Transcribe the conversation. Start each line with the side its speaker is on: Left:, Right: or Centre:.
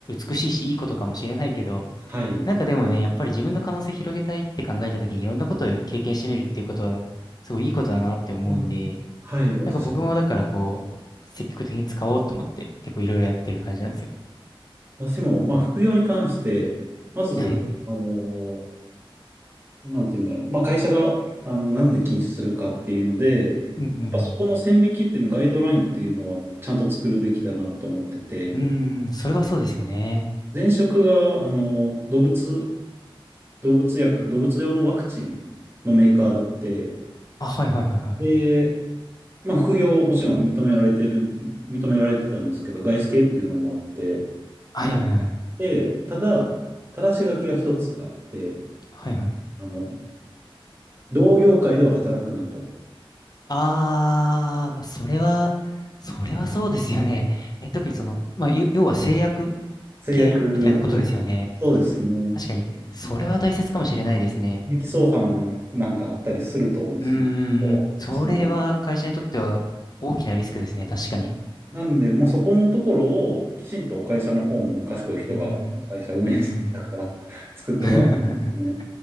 Left: 美しいし、いいことかもしれないけど、
Right: はい。
Left: なんかでもね、やっぱり自分の可能性広げたいって考えた時にいろんなことを経験してみるっていうことは、すごいいいことだなって思うんで、
Right: まあはい。私も、
Left: なんか僕もだからこう、積極的に使おうと思って結構いろいろやってる感じなんですよ。
Right: 私も、まあ、副業に関して、まず、
Left: はい。
Right: あの、なんて言うんだろう。まあ、会社が、あの、なんで禁止するかっていうので、
Left: うんうん
Right: やっぱそこの線引きっていうの、ガイドラインっていうのは、ちゃんと作るべきだなと思ってて、
Left: うん。うーん、それはそうですよね。
Right: 前職が、あの、動物、動物薬、動物用のワクチンのメーカーだって、
Left: あ、はいはいはいはい。
Right: で、まあ、副業、もちろん認められてる、認められてたんですけど、外資系っていうのもあって、
Left: はいはいはい。
Right: 認めて、ただ、ただし書きが一つあって、
Left: はいはい。
Right: あの、同業界では働くなと。
Left: あー、まあそれは、それはそうですよね。え、特にその、まあ、ゆ要は制約
Right: 制約、
Left: 系みたいなことですよね。
Right: はいそうですね。
Left: 確かに、それは大切かもしれないですね。
Right: 利益相反なんかあったりするとですね、
Left: うんうんうん。
Right: ちょっとしんどい
Left: それは会社にとっては大きなリスクですね、確かに。
Right: はいなんで、もうそこのところをきちんと会社の方も賢い人が会社運営してたから
Left: うんうんうん。うんうん
Right: <laughs> 作ってもらうんで
Left: うん。<laughs>